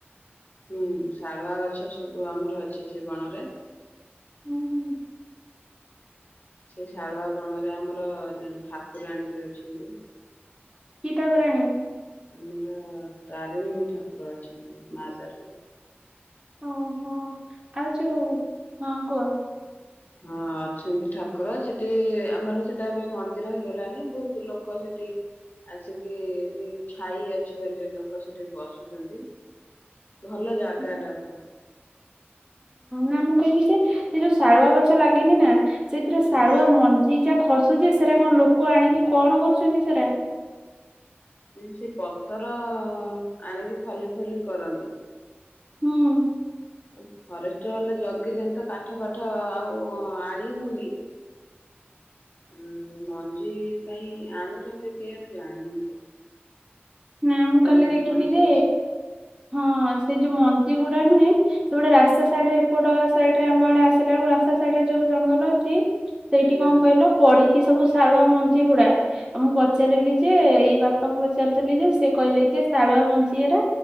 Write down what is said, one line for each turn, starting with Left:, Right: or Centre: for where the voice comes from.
Left: ହୁଁ, ଶାଳୁଆ ଗଛ ସବୁ ଆମର ଅଛି ସେ ବଣରେ।
Right: ହୁଁ, ହୁଁ।
Left: ସେଇ ଶାଳୁଆ ବଣରେ ଆମର ର ଠାକୁରାଣୀ ବି ଅଛନ୍ତି।
Right: କି ଠାକୁରାଣୀ?
Left: ଆମର ତାରିଣୀ ଠାକୁର ଅଛନ୍ତି, ମା ତାରିଣୀ।
Right: ଓହୋ ଆଉ ଯଉ ହଁ କୁହ।
Left: ହଁ ଅଛନ୍ତି ଠାକୁର ସେଠି ଆମର ସେଟା ଏବେ ମନ୍ଦିର ହେଇଗଲାଣି ବହୁତ ଲୋକ ସେଠି ଆସିକି ବି ଛାଇ ଅଛି ବୋଲି ଲୋକ ସେଠି ବସୁଚନ୍ତି। ଭଲ ଜାଗାଟା
Right: ହଁ
Left: ବୁଲା।
Right: ନା ମୁଁ କହିଲି ଯେ ସେ ଯୋଉ ସାରୁୁଆ ଗଛ ଲାଗିନି ନା। ସେଥିରେ
Left: ହୁଁ
Right: ଶାଳୁଆ ମଞ୍ଜି ଯା ଖସୁଚି ସେଟା କଣ ଲୋକ ଆଣିକି କଣ କରୁଛନ୍ତି ସେରା।
Left: ସେ ପତର ଆଣିକି ଖଲି ଫଲି କରନ୍ତି।
Right: ହୁଁ।
Left: ଉ ଫରେଷ୍ଟ ବାଲା ଜଗି ଚନ୍ତି ତ କାଠ ପାାଠ ଆଉ ଆଣି ହଉନି। ଉ ମଞ୍ଜି କାଇଁ ଆଣୁଚନ୍ତି କିଏ ମୁଁ ଜାଣିନି।
Right: ନା ମୁଁ
Left: ତାର
Right: କାଲି ଦେଖିଲି
Left: ମଞ୍ଜି
Right: ଯେ
Left: ଅଛି
Right: ହଁ ସେ ଯଉ ମଞ୍ଜି ଗୁଡା ନୁହେଁ ସେଗୁଡ଼ା ରାସ୍ତା ସାଇଡରେ ଏପଟ ସଡରେ ଆମ ଆଡେ ଆସିଲା ବ ରାସ୍ତା ସାଇଡ ଯଉ ଜଙ୍ଗଲ ଅଛି ସେଇଠି
Left: ହଁ
Right: କଣ କହିଲ ପଡି ସେ ସବୁ ଶାଳୁଆ ମଞ୍ଜି ହୁଡା ଆ ମୁଁ ପଚାରିଲି ଯେ ଏଇ ବାପାଙ୍କୁ ପଚାର ଥିଲି ଯେ ସେ କହିଲେ ଯେ ଶାଳୁଆ ମଞ୍ଜି ଏରା